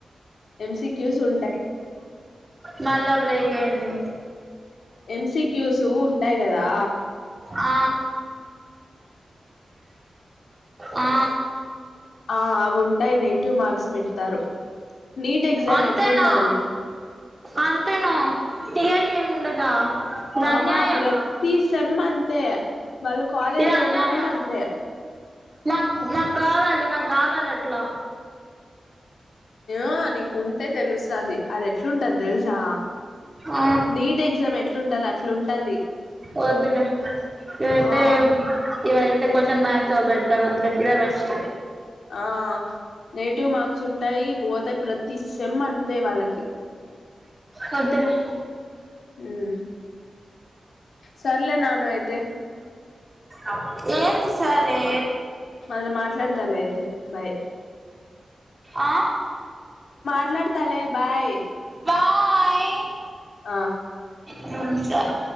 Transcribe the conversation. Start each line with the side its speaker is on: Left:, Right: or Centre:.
Left: ఎంస క్యూస్ ఉంటాయి
Right: మళ్ళా బ్రేక్ అయింది
Left: ఎంస క్యూస్ ఉంటాయి కదా
Right: ఆ ఆ
Left: ఆ అవి ఉంటాయి నెగిటివ్ మార్క్స్ పెడతారు నీట్ ఎగ్జామ్
Right: అంతేనా
Left: ఎట్లుంటది
Right: అంతేనా తీయరీ ఏముండదా ఇది
Left: ఆ
Right: అన్యాయం
Left: ప్రతిస ఎమ్మ అంతే వాళ్ళు కాలేజ్
Right: ఇది
Left: లో
Right: అన్యాయం
Left: ఉన్నా కూడా అంతే
Right: మాకు మాకు కావాలి నాకు కావాలి అట్లా
Left: ఆ నీకుంటే తెలుస్తది అది ఎట్లుంటది తెలుసా
Right: ఆ
Left: నీట్ ఎగ్జామ్ ఎట్లుంటది అట్లుంటది
Right: వద్లే ఇవైతే
Left: ఆ
Right: ఇవైతే క్వశ్చన్ మ్యాంస బెడారు వద్దులే ఇదే బెస్ట్
Left: ఆ నెగిటివ్ మార్క్స్ ఉంటాయి పోతే ప్రతి సేమ్ అంతే వాళ్ళకి
Right: వద్దులే
Left: హ్మ్ సర్లే నాను అయితే
Right: అ ఏందీ సరే
Left: మళ్ళా మాట్లాడతాలే అయితే బాయ్
Right: ఆ
Left: మాడుతాలే బాయ్
Right: బాయ్
Left: ఆ
Right: అ సార్